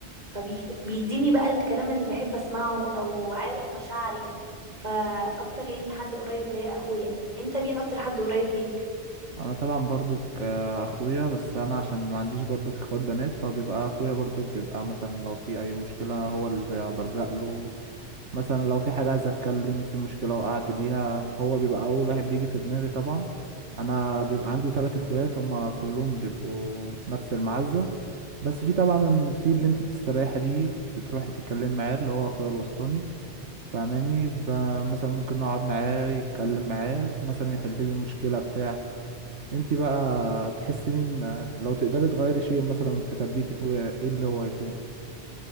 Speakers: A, on the right; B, on the right.
A: فبيديني بقى الكلام اللي بحب اسمعه او عارف مشاعري فاكتر يعني حد قريب ليا اخويا انت مين اكتر حد قريب ليك
B: أنا طبعا برضو أخويا بس أنا عشان ما عنديش برضو إخوات بنات فبيبقى أخويا برضو بيبقى مثلا لو في أي مشكلة هو اللي بي- بلجأ له مثلا لو في حاجة عايز أتكلم في مشكلة وقعت ليها هو بيبقى أول واحد بيجي في دماغي طبعا أنا بيبقى عندي تلات إخوات هما كلهم بيبقوا نفس المعزة بس في طبعا في اللي انت بتستريحي ليه بتروحي تتكلمي معاه اللي هو اخويا الوسطاني فاهماني ب- مثلا ممكن نقعد معاه يتكلم معاه مثلا يحل لي المشكله بتاع انت بقى تحسي مين لو تقدري تغيري شيء مثلا في تربيه اخويا ايه اللي هو يكون